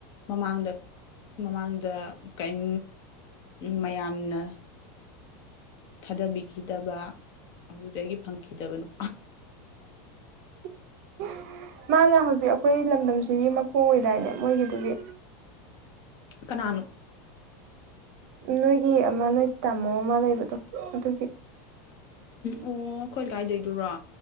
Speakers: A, on the left; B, on the right.
A: ꯃꯃꯥꯡꯗ ꯃꯃꯥꯡꯗ ꯀꯩꯝ ꯃꯌꯥꯝꯅ ꯊꯥꯗꯕꯤꯈꯤꯗꯕ ꯑꯗꯨꯗꯒꯤ ꯐꯪꯈꯤꯗꯕ ꯅꯨ
B: <inaudible> ꯃꯥꯅ ꯍꯧꯖꯤꯛ ꯑꯩꯈꯣꯏ ꯂꯝꯗꯝꯁꯤꯒꯤ ꯃꯀꯣꯛ ꯑꯣꯏꯗꯥꯏꯅꯦ ꯃꯣꯏꯒꯤꯗꯨꯒꯤ
A: ꯀꯅꯥꯅꯨ
B: ꯅꯣꯏꯒꯤ ꯑꯃ ꯅꯣꯏ ꯇꯥꯃꯣ ꯑꯃ ꯂꯩꯕꯗꯣ ꯑꯗꯨꯒꯤ
A: ꯑꯣ ꯑꯩꯈꯣꯏ ꯂꯩꯀꯥꯏꯗꯣꯏꯗꯨꯔꯣ